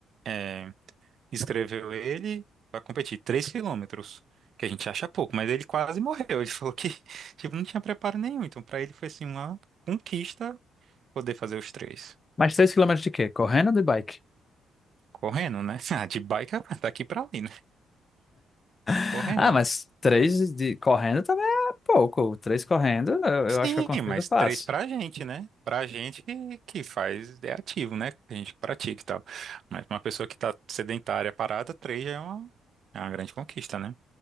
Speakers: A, on the right (about 60°); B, on the left (about 30°).
A: é, escreveu ele pra competir, três quilômetros, que a gente acha pouco, mas ele quase morreu. Ele falou que, <laughs> tipo, não tinha preparo nenhum. Então, pra ele foi, assim, uma conquista poder fazer os três.
B: Mas três quilômetros de quê? Correndo ou de bike?
A: Correndo, né? <laughs> Ah, de bike <laughs> ah, daqui pra ali, né?
B: <laughs>
A: Correndo,
B: Ah, mas
A: né?
B: 3 de correndo também é pouco. três correndo, eu,
A: Sim,
B: eu acho que eu consigo,
A: mas
B: eu faço.
A: três pra gente, né? Pra gente que, que faz, é ativo, né? Que a gente pratica e tal. Mas uma pessoa que tá sedentária, parada, três já é uma, é uma grande conquista, né?